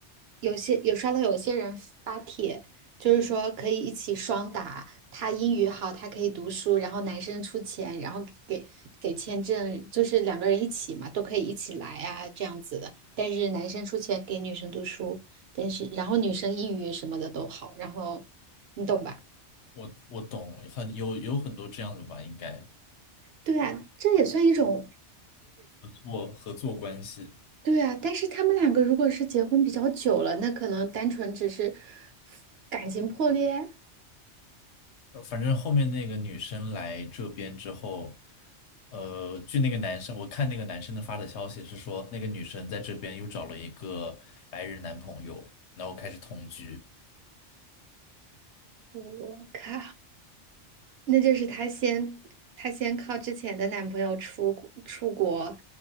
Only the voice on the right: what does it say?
有些有刷到有些人发帖，就是说可以一起双打，他英语好，他可以读书，然后男生出钱，然后给给签证，就是两个人一起嘛，都可以一起来啊，这样子的。但是男生出钱给女生读书，但是然后女生英语什么的都好，然后你懂吧？
对啊，这也算一种
对啊，但是他们两个如果是结婚比较久了，那可能单纯只是感情破裂。
我靠，那就是她先她先靠之前的男朋友出国出国，